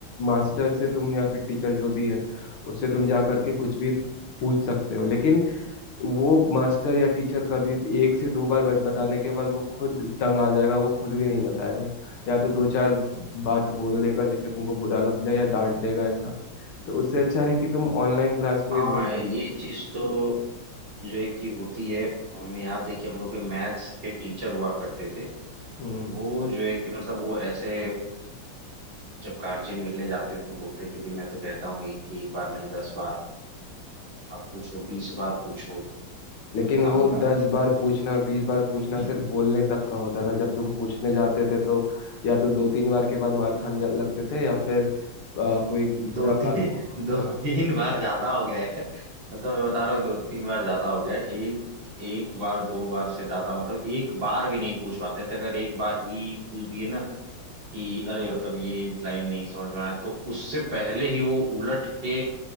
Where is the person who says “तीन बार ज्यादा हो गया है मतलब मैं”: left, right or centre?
Right